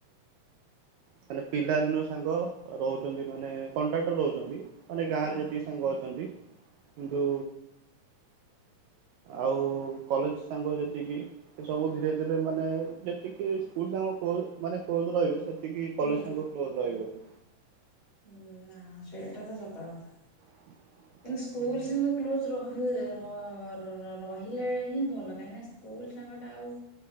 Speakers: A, on the right (about 75°); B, on the left (about 35°).
A: ହେଲେ ପିଲାଦିନ ସାଙ୍ଗ ରହୁଚନ୍ତି ମାନେ କନଟାକ୍ଟ ରେ ରହୁଚନ୍ତି। ମାନେ ଗାଁ
B: ହଁ।
A: ରେ ଯେତିକି ସାଙ୍ଗ ଅଛନ୍ତି କିନ୍ତୁ ଆଉ କଲେଜ ସାଙ୍ଗ ଯେତିକି ସେ ସବୁ ଧୀରେ ଧୀରେ ମାନେ ଯେତିକି ସ୍କୁଲ ସାଙ୍ଗ କ୍ଲୋଜ୍ ମାନେ କ୍ଲୋଜ୍ ରହିବେ ସେତିକି କଲେଜ
B: ହୁଁ
A: ସାଙ୍ଗ କ୍ଲୋଜ ରହିବେନି।
B: ଉଁ ନାଁ ସେଇଟା ତ ସତ କଥା।
A: <inaudible>
B: କିନ୍ତୁ ସ୍କୁଲ ସାଙ୍ଗ କ୍ଲୋଜ୍ <unintelligible> ର ରହିଲେ ହିଁ ଭଲ କାହିଁକି ନା ସ୍କୁଲ ସାଙ୍ଗଟା ଆଉ